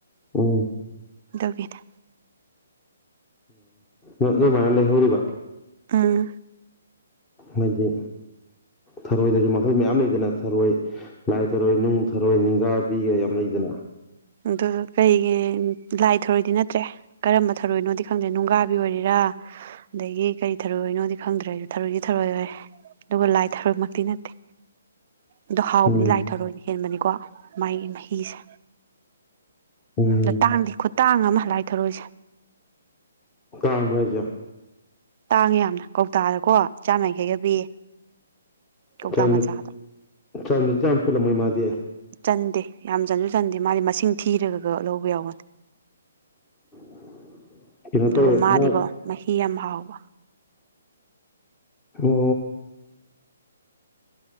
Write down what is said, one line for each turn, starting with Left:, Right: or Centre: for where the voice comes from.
Left: ꯎꯝ
Right: ꯗꯧꯒꯗ
Left: ꯎ ꯑꯗꯨꯃꯥꯏꯅ ꯂꯩꯍꯧꯔꯤꯕ
Right: ꯑꯥ
Left: ꯃꯗꯤ ꯊꯔꯣꯏꯗꯁꯨ ꯃꯈꯜ ꯃꯌꯥꯝ ꯂꯩꯗꯅ ꯊꯔꯣꯏ ꯂꯥꯏ ꯊꯔꯣꯏ ꯅꯨꯡ ꯊꯔꯣꯏ ꯅꯤꯡꯒꯥꯕꯤꯒ ꯌꯥꯝ ꯂꯩꯗꯅ <inaudible>
Right: ꯑꯗꯨ ꯀꯩꯒꯤ ꯂꯥꯏ ꯊꯔꯣꯏꯗꯤ ꯅꯠꯇ꯭ꯔꯦ ꯀꯔꯝꯕ ꯊꯧꯔꯣꯏꯅꯣꯗꯤ ꯈꯪꯗꯦ ꯅꯨꯡꯒꯥꯕꯤ ꯑꯣꯏꯔꯤꯔꯥ ꯑꯗꯒꯤ ꯀꯔꯤ ꯊꯔꯨꯏꯅꯣꯗꯤ ꯈꯪꯗ꯭ꯔꯦꯁꯨ ꯊꯔꯨꯗꯤ ꯊꯔꯣꯏꯣꯏ ꯑꯗꯨꯒ ꯂꯥꯏ ꯊꯔꯃꯛꯇꯤ ꯅꯠꯇꯦ ꯑꯗꯣ ꯍꯥꯎꯕꯗꯤ
Left: ꯎꯝ
Right: ꯂꯥꯏ ꯊꯔꯣꯏꯅ ꯍꯦꯟꯕꯅꯤꯀꯣ ꯃꯥꯒꯤ ꯃꯍꯤꯁꯦ
Left: ꯎꯝ
Right: ꯑꯇꯥꯡꯗꯤ ꯈꯨꯇꯥꯡ ꯑꯃ ꯂꯥꯏꯊꯣꯔꯛꯏꯁꯦ
Left: ꯀꯥꯡꯕꯖꯣ
Right: ꯇꯥꯡꯉꯦ ꯌꯥꯝꯅ ꯀꯧꯇꯥꯗꯀꯣ ꯆꯥꯝꯃꯡꯈꯩꯒ ꯄꯤꯌꯦ ꯀꯧꯇꯥ
Left: ꯆ
Right: ꯃꯆꯥꯗꯣ
Left: ꯆꯗ ꯆ ꯆꯂ ꯃꯩ ꯃꯥꯗꯤꯦ
Right: ꯆꯟꯗꯦ ꯌꯥꯝ ꯆꯟꯁꯨ ꯆꯟꯗꯦ ꯃꯥꯗꯤ ꯃꯁꯤꯡ ꯊꯤꯔꯒꯒ ꯂꯧꯕ ꯌꯥꯎꯒꯅꯤ
Left: <inaudible>
Right: ꯑꯗꯨꯒ
Left: ꯇꯧꯋꯦ
Right: ꯃꯥꯗꯤꯀꯣ
Left: ꯃꯥ
Right: ꯃꯍꯤ ꯌꯥꯝ ꯍꯥꯎꯕ
Left: ꯑꯣ